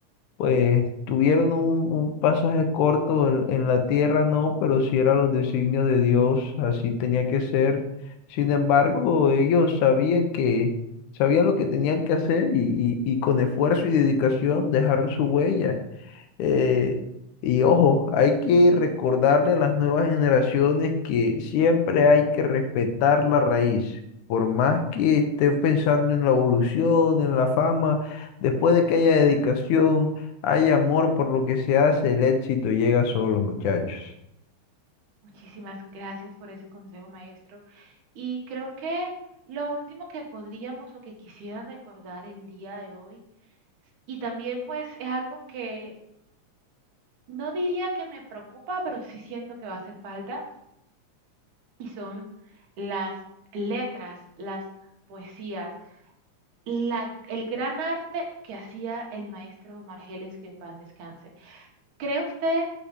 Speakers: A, on the left (about 85°); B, on the right (about 80°).
A: pues tuvieron un, un pasaje corto en, en la tierra, ¿no? Pero si era los designios de Dios, así tenía que ser. Sin embargo, ellos sabían que, sabían lo que tenían que hacer y, y y con esfuerzo y dedicación dejaron su huella. Eh, y ojo, hay que recordarle a las nuevas generaciones que siempre hay que respetar la raíz. Por más que estén pensando en la evolución, en la fama, después de que haya dedicación, hay amor por lo que se hace, el éxito llega solo, muchachos.
B: Muchísimas gracias por ese consejo, maestro. Y creo que lo último que podríamos o que quisiera recordar el día de hoy, y también pues es algo que no diría que me preocupa, pero sí siento que va a hacer falta, y son las letras, las poesías, la- el gran arte que hacía el maestro Margeles, que en paz descanse. ¿Cree usted